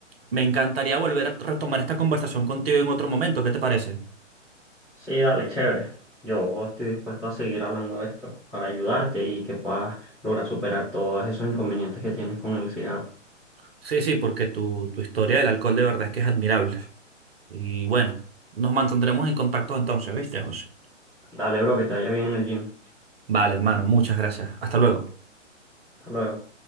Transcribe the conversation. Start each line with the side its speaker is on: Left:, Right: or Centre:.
Right: me encantaría volver a retomar esta conversación contigo en otro momento, ¿qué te parece?
Centre: Sí, dale, chévere. Yo estoy dispuesto a seguir hablando de esto para ayudarte y que puedas lograr superar todos esos inconvenientes que tienes con el cigarro.
Right: Sí, sí, porque tu, tu historia del alcohol de verdad es que es admirable. Y bueno, nos mantendremos en contacto entonces, ¿viste, José?
Centre: Dale, bro, que te vaya bien en el gym.
Right: Vale, hermano, muchas gracias. Hasta luego.
Centre: Hasta luego.